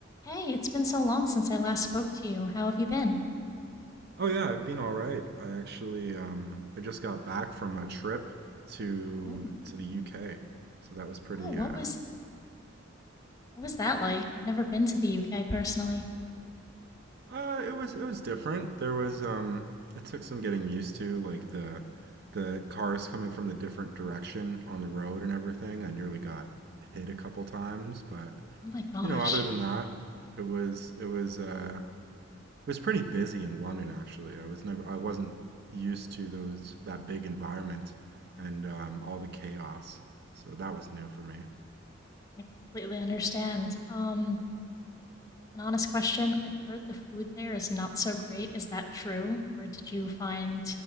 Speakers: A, on the left; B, on the right.
A: Hey, it's been so long since I last spoke to you. How have you been?
B: Oh yeah, I've been all right. I actually um I just got back from a trip to
A: Oh,
B: to the UK. So that was pretty
A: oh, what
B: uh
A: was what was that like? I've never been to the UK personally.
B: uh it was it was different. There was um it took some getting used to like the the cars coming from the different direction on the road and everything. I nearly got hit a couple times, but
A: Oh my gosh.
B: you know, other than that, it was it was uh was pretty busy in London, actually. I was never, I wasn't used to those that big environment and um, all the chaos, so that was new for me.
A: I completely understand. Um, an honest question. I've heard the food there is not so great. Is that true? Or did you find